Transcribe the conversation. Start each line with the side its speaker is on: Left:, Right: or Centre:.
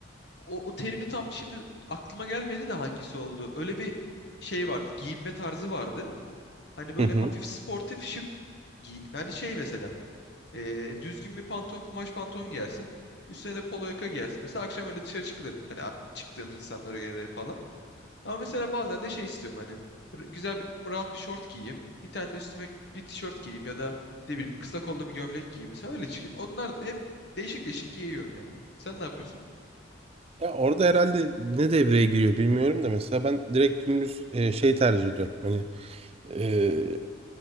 Left: o, o terimi tam şimdi aklıma gelmedi de hangisi oldu. Öyle bir şey vardı. Giyinme tarzı vardı. Hani böyle
Right: Hı hı.
Left: hafif sportif şık giyin. Hani şey mesela. Ee, düzgün bir pantolon, kumaş pantolon giyersin. Üstüne de polo yaka giyersin. Mesela akşam öyle dışarı çıkılır. Hani a- çıktığın insanlara göre falan. Ama mesela bazen de şey istiyorum hani r- güzel bir rahat bir şort giyeyim. Bir tane de üstüme bir tişört giyeyim ya da ne bileyim kısa kollu bir gömlek giyeyim. Mesela öyle çıkayım. Onlar da hep değişik değişik giyiyorum yani. Sen ne yapıyorsun?
Right: Ya orada herhalde ne devreye giriyor bilmiyorum da mesela ben direkt gündüz e, şey tercih ediyorum. Hani Ee,